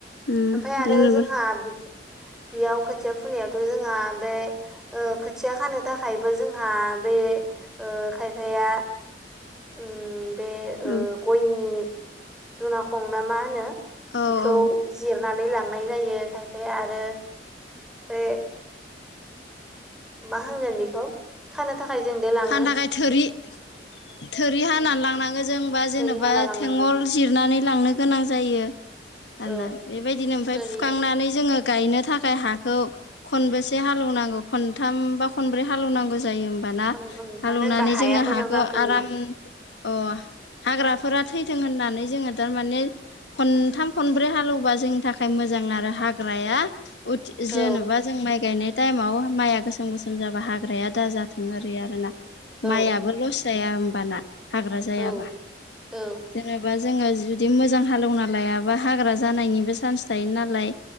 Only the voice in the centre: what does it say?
ओमफ्राय आरो
जोंहा बेयाव खोथिया फुनायावथ' जोंहा बे स ओ खोथिया खानो थाखायबो जोंहा बे ओ खायफाया उम बे
ओ गयनि दुनाखं ना मा होनो
बिखौ
जिरनानै लांनाय जायो खायफाया आरो बे मा होनगोन बेखौ खानो थाखाय जों दे लाङो
थोरि हाना लांनांगौ
औ
थोरि
ओं ओं
मानो होनबा हाया
मोजां
जाथों होनना
औ
औ
औ औ